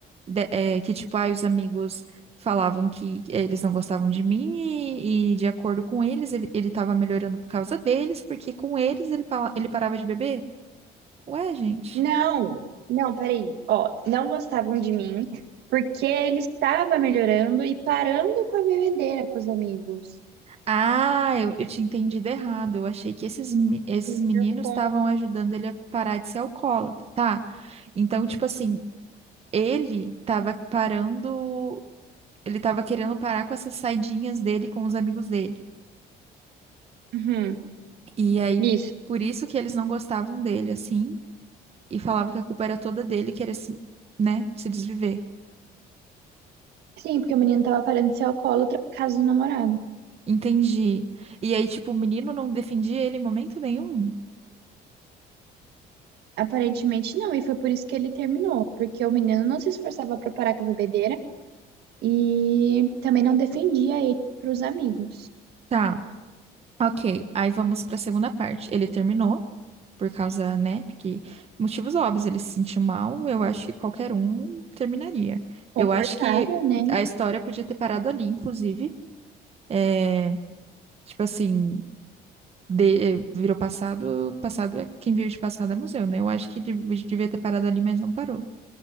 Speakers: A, on the right (about 35°); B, on the right (about 75°).
A: De- é, que tipo, ai, os amigos falavam que eles não gostavam de mim e, e de acordo com eles, ele, ele tava melhorando por causa deles, porque com eles ele, pala- ele parava de beber? Ué, gente.
B: Não, não, peraí. Ó, não gostavam de mim, porque ele estava melhorando e parando com a bebedeira com os amigos.
A: Ah, eu, eu tinha entendido errado. Eu achei que esses, me- esses
B: Meu
A: meninos
B: Deus, como?
A: estavam ajudando ele a parar de ser alcoólatra. Tá. Então, tipo assim, ele tava parando. Ele tava querendo parar com essas saidinhas dele com os amigos dele.
B: Uhum,
A: E aí,
B: Isso.
A: por isso que eles não gostavam dele, assim, e falavam que a culpa era toda dele querer se, né, se desviver.
B: Sim, porque o menino tava parando de ser alcoólatra por causa do namorado.
A: Entendi. E aí, tipo, o menino não defendia ele em momento nenhum.
B: Aparentemente não, e foi por isso que ele terminou, porque o menino não se esforçava pra parar com a bebedeira e também não defendia ele pros amigos.
A: Tá, ok. Aí vamos pra segunda parte. Ele terminou. por causa, né? Porque motivos óbvios, ele se sentiu mal, eu acho que qualquer um terminaria.
B: Confortável,
A: Eu acho que
B: né?
A: a história podia ter parado ali, inclusive. É, tipo assim, de- virou passado, passado é quem vive de passado é museu, né? Eu acho que dev- devia ter parado ali, mas não parou.